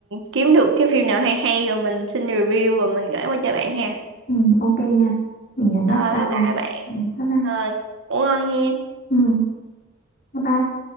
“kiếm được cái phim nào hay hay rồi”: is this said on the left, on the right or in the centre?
Right